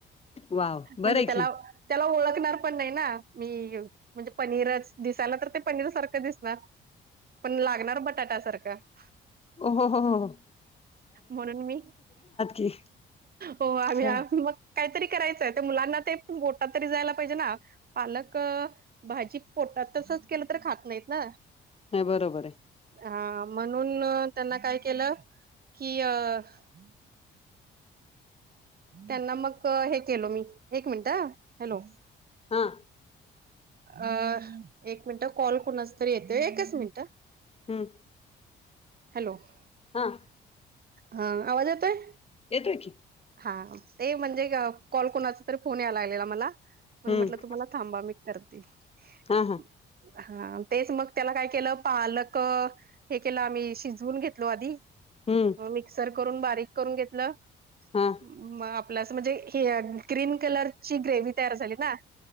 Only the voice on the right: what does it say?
म्हणजे
त्यालां.
- त्यांलाअं ओळखणारं पणं नाहीं नां मी, म्हणजे पनीरचं दिसायलां तर्ं ते पनीरं सारखं दिसणारं. - पणां अंक्ष लागणारं अं बटाट्या सारखंअं. -
म्हणूंन मी
हो आम्हीं
मगं. - कांहीतंरी करायचंय ते मुलांना ते गोटांंत तरी जायंला पाहिजे नां पालकं. - भाजी पोटातं तसंच केलं तर्ं खातं नाहींत नां. -
हां म्हणूंन त्यांना कायं केलं. - किं अं. - त्यांना मगं हे केलं मी एक मिनटं हॅलोव. -
अंअ एक मिनिटं कॉल कोणाचं तरी येतोयं एकचं मिनिटं. -
हॅलों. -
हांअं आवाजं येतयं. -
हां ते म्हणजे कॉल कोणांचा तरी फोनं यायलां लागलेलां मलां. - म्हणं
म्हंटलं तुम्हांला थांबा मी करते. -
हांअ तेचं मंग त्यालां कांय. केलं पालकं. - हें केलं आंम्ही शिजवूनं घेतलो आंधी. -
हं मिक्संर करूंन, बारीक. -करूंणं घेतं
म आपलं अस म्हणजे, हं ग्रीन कलरची ग्रेव्ही तयार झाली नां. -